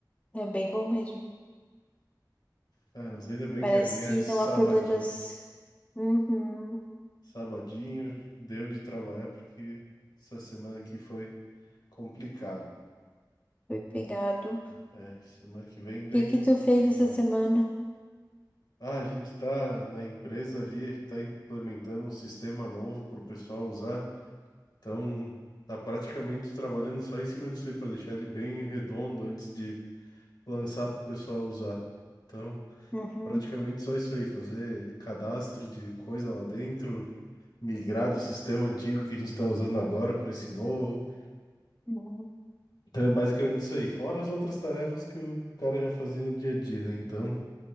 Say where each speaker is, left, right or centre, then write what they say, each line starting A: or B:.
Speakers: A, on the left (about 20°); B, on the left (about 65°).
A: é bem bom mesmo.
B: Ah, mas ainda bem
A: Parece
B: que amanhã
A: que
B: é sabadinho.
A: não há problemas Uhum,
B: Sabadinho, deu de trabalhar porque essa semana aqui foi complicado.
A: foi pegado. O
B: É, é, semana que vem, vem,
A: que que tu fez
B: vem
A: essa
B: mais.
A: semana?
B: Ah, a gente tá na empresa ali, a gente tá implementando um sistema novo para o pessoal usar. Então, tá praticamente trabalhando só em cima disso para deixar ele bem redondo antes de lançar para o pessoal usar. Então,
A: Uhum,
B: praticamente só isso aí, fazer cadastro de coisa lá dentro, migrar do sistema antigo que a gente está usando agora para esse novo.
A: uhum.
B: Então é basicamente isso aí. Fora as outras tarefas que o cara já fazia no dia a dia, né? Então